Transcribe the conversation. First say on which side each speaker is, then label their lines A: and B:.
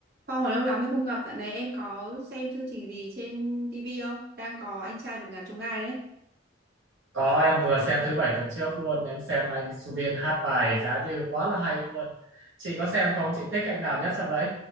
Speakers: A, on the right; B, on the right.
A: Phong ở lâu lắm rồi không gặp, dạo này em có xem chương trình gì trên TV không? Đang có anh trai vượt ngàn chông gai đấy.
B: Có em vừa xem thứ bảy tuần trước luôn em xem anh Subin hát bài Giá Như quá là hay luôn chị có xem không chị thích anh nào nhất trong đấy